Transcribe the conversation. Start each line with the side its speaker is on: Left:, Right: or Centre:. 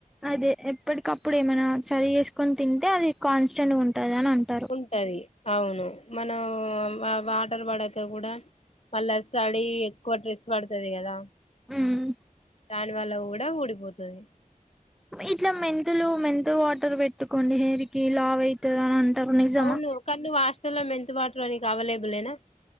Centre: అదే ఎప్పటికప్పుడు ఏమైనా సరి చేసుకొని తింటే అది కాన్స్టెంట్గ ఉంటంది అని అంట
Left: ఉంటది అవును మనం వాటర్ పడాక కూడ మళ్ళా స్టడీ ఎక్కువ స్ట్రెస్ పడుతది కదా
Centre: ఉమ్
Left: దాని వల్ల కూడా ఊడిపోతది
Centre: ఇట్లా మెంతులు మెంతుల వాటర్ పెట్టుకోండి హెయిర్ కి లావు అవుతుంది అని అంటారు నిజమా
Left: అవును కానీ నువ్వు ఆస్టల్ల్లో మెంతు వాటర్ అనికి అవైలబుల్ ఏనా